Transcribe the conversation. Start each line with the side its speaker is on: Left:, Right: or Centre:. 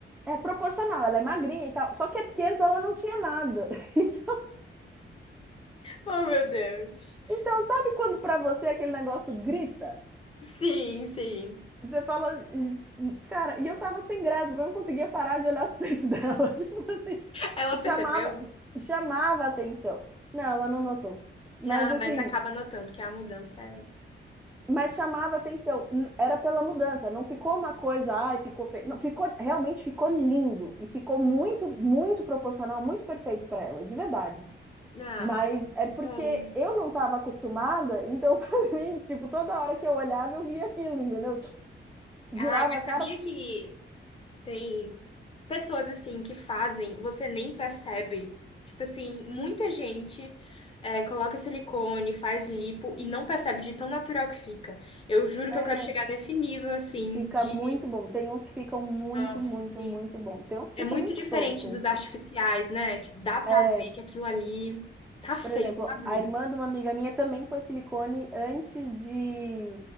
Centre: é proporcional, ela é magrinha e tal. Só que é porque antes ela não tinha nada. <laughs> Então,
Left: Oh, meu Deus.
Centre: então sabe quando pra você aquele negócio grita?
Left: Sim, sim.
Centre: Você fala, "Ih, cara, e eu tava sem graça, porque eu não conseguia parar de olhar os peitos dela. <laughs> Tipo assim,
Left: Ela
Centre: chamava,
Left: percebeu?
Centre: chamava a atenção. Não, ela não notou. Mas
Left: Ah,
Centre: assim,
Left: mas acaba notando que a mudança é.
Centre: Mas chamava atenção, n- era pela mudança, não ficou uma coisa, ai, ficou feio. Não, ficou, realmente ficou lindo e ficou muito, muito proporcional, muito perfeito para ela, de verdade.
Left: Ah,
Centre: Mas é
Left: que
Centre: porque
Left: bom.
Centre: eu não estava acostumada, então <laughs> para mim, tipo, toda hora que eu olhava, eu via aquilo, entendeu? Tch, Virava
Left: Ai, mas
Centre: a cara,
Left: sabia
Centre: tch,
Left: que Tem pessoas assim que fazem, você nem percebe. Tipo assim, muita gente é, coloca silicone, faz lipo e não percebe de tão natural que fica. Eu juro
Centre: é,
Left: que eu quero chegar nesse nível assim
Centre: fica
Left: de,
Centre: muito bom. Tem uns que ficam muito,
Left: nossa,
Centre: muito,
Left: sim
Centre: muito bom. Tem uns que
Left: é
Centre: ficam
Left: muito
Centre: muito
Left: diferente
Centre: tosco.
Left: dos artificiais, né? Que dá pra
Centre: é
Left: ver que aquilo ali tá feio,
Centre: Por exemplo,
Left: tá bonito.
Centre: a irmã de uma amiga minha também pôs silicone antes de